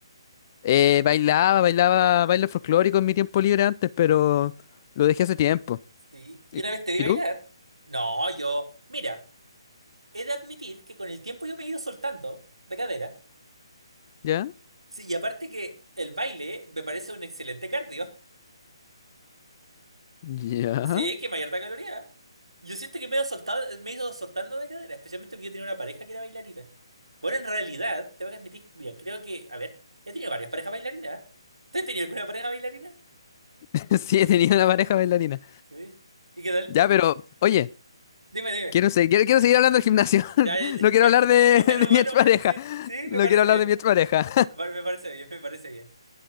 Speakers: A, on the left; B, on the right.
A: Eh, bailaba, bailaba, baile folclórico en mi tiempo libre antes, pero lo dejé hace tiempo.
B: Sí. ¿Y
A: ¿Y,
B: una vez te vi
A: y
B: bailar?
A: tú?
B: No, yo, mira. He de admitir que con el tiempo yo me he ido soltando de cadera.
A: ¿Ya?
B: Sí, y aparte que el baile me parece un excelente cardio. <laughs>
A: ¿Ya?
B: Sí, que mayor caloría. Yo siento que me he ido soltado, me he ido soltando de cadera, especialmente porque yo tenía una pareja que era bailarina. Bueno, en realidad, tengo que admitir, mira, creo que, a ver, he tenido varias parejas bailarinas. ¿eh? ¿Tú has tenido alguna pareja bailarina?
A: <laughs> Sí, he tenido una pareja bailarina.
B: Sí, ¿Y qué tal?
A: Ya, pero, oye,
B: Dime, dime.
A: quiero, se- quiero, quiero seguir hablando del gimnasio.
B: Ya,
A: <laughs>
B: ya, ya.
A: No quiero
B: <laughs>
A: hablar de,
B: Bueno,
A: <laughs> de
B: bueno,
A: mi expareja.
B: bueno, sí, sí,
A: No
B: me parece
A: quiero hablar
B: bien.
A: de mi expareja.
B: Me, par- me parece bien, me parece bien.